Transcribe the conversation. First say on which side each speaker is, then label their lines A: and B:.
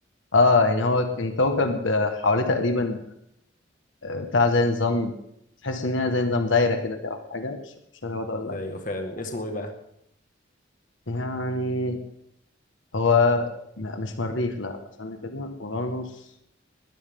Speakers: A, on the left; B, on the left.
A: اه يعني هو كان كوكب آه، حواليه تقريبا آه، بتاع زي نظام تحس ان هي زي نظام دايره كده فيها أو حاجه مش مش فاكر هو ده ولا لا
B: ايوه فعلا اسمه ايه بقى
A: يعني هو م- مش مريخ لا استنى كده اورانوس